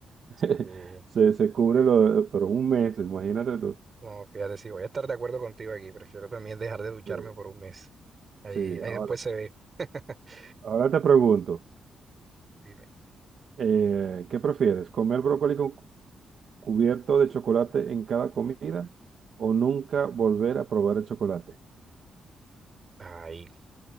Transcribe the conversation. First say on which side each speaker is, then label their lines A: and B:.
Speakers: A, on the right (about 45°); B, on the right (about 25°).
A: <laughs>
B: Sí.
A: se, se cubre lo, por un mes, imagínate tú.
B: No, fíjate, sí, voy a estar de acuerdo contigo aquí. Prefiero también dejar de ducharme
A: Sí,
B: por un mes. Ahí,
A: sí,
B: ahí
A: ahora,
B: después se ve. <laughs>
A: ahora te pregunto,
B: Dime.
A: eh, ¿qué prefieres? ¿Comer brócoli con, cubierto de chocolate en cada comida o nunca volver a probar el chocolate.
B: Ay,